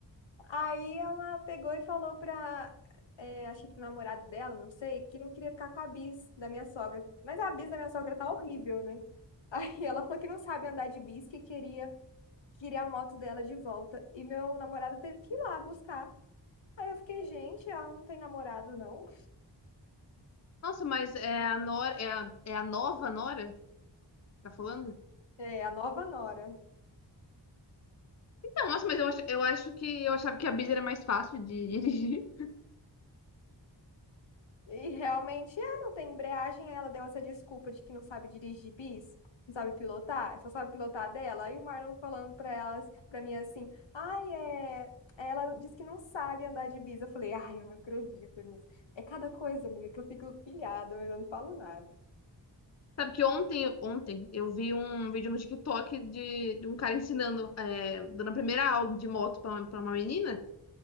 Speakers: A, on the left; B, on the left.
A: Aí ela pegou e falou pra, é, acho que pro namorado dela, não sei, que não queria ficar com a bis da minha sogra. Mas a bis da minha sogra tá horrível, né? <laughs> Aí ela falou que não sabe andar de bis, que queria, queria a moto dela de volta. E meu namorado teve que ir lá buscar. Aí eu fiquei, gente, ela não tem namorado, não.
B: Nossa, mas é a Nora, é a, é a nova Nora? que Tá falando?
A: É, a nova nora.
B: Então, nossa, mas eu acho, eu acho que eu achava que a Biz era mais fácil de <laughs> dirigir.
A: E realmente é, não tem embreagem. aí Ela deu essa desculpa de que não sabe dirigir bis, não sabe pilotar, só sabe pilotar dela. Aí o Marlon falando pra elas, pra mim assim, ai, é. é", Ela disse que não sabe andar de bis. Eu falei, ai, eu não acredito nisso. É cada coisa, amiga, que eu fico pilhada, mas eu não falo nada.
B: Sabe que ontem, ontem eu vi um vídeo no TikTok de, de um cara ensinando, é, dando a primeira aula de moto pra, uma- pra uma menina.